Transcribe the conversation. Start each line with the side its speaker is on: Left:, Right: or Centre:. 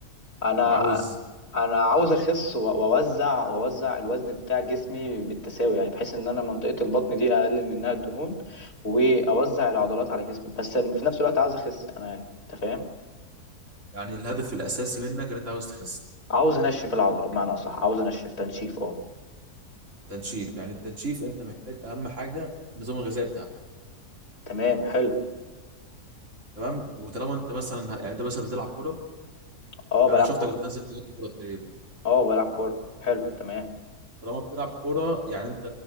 Left: انا
Right: أو عاوز
Left: انا عاوز اخس و- واوزع واوزع الوزن بتاع جسمي بالتساوي يعني بحيث ان انا منطقة البطن دي اقلل منها الدهون واوزع العضلات على جسمي بس في نفس الوقت عاوز اخس انا يعني انت فاهم
Right: يعني الهدف الأساسي منك إن أنت عاوز تخس
Left: عاوز انشف العضلة بمعنى اصح عاوز انشف تنشيف اه
Right: تنشيف يعني التنشيف أنت محتاج أهم حاجة النظام الغذائي بتاعك
Left: تمام حلو
Right: تمام وطالما أنت مثلا يعني أنت مثلا بتلعب كرة
Left: اه
Right: يعني
Left: بلعب
Right: أنا شفتك
Left: كورة
Right: بتنزل في كرة
Left: اه بلعب كورة حلو تمام
Right: طالما بتلعب كوره يعني انت